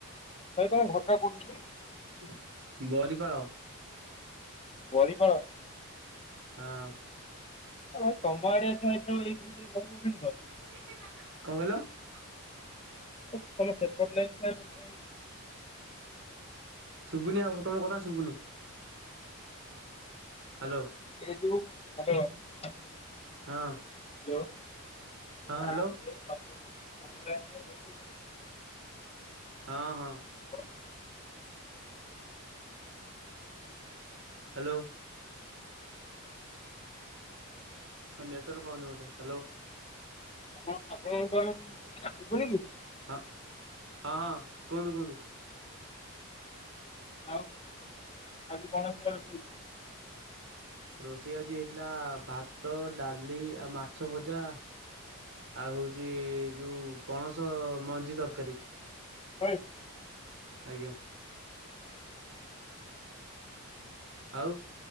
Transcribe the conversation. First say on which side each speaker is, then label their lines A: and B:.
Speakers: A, on the left (about 25°); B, on the right (about 55°).
A: <inaudible>
B: <inaudible>
A: <inaudible>
B: <inaudible>
A: <inaudible>
B: <inaudible>
A: <inaudible>
B: <inaudible>
A: <inaudible>
B: <inaudible>
A: <inaudible>
B: ହଁ ହ୍ୟାଲୋ ହଁଅ ହଁ।
A: ହ
B: ହ୍ୟାଲୋ। ତମ ନେଟୱର୍କ ପାଉନି ବୋଧେ, ହ୍ୟାଲୋ।
A: ଆପଣ ଆପଣଙ୍କୁ ଆଉ ଶୁଭୁନି କି?
B: ହଁ ହଁ-ହଁ କୁହନ୍ତୁ-କୁହନ୍ତୁ।
A: ଆଉ ଆଜି କଣ ହେଇଥିଲା ରୋଷେଇ?
B: ରୋଷେଇ ଆଜି ହେଇଥିଲା ଭାତ ଡାଲି ଆଉ ମାଛ ଭଜା। ଆଉ ହଉଛି ଯୋଉ ପଣସ ମଞ୍ଜି ତରକାରୀ।
A: <unintelligible>
B: ଆଜ୍ଞା। ଆଉ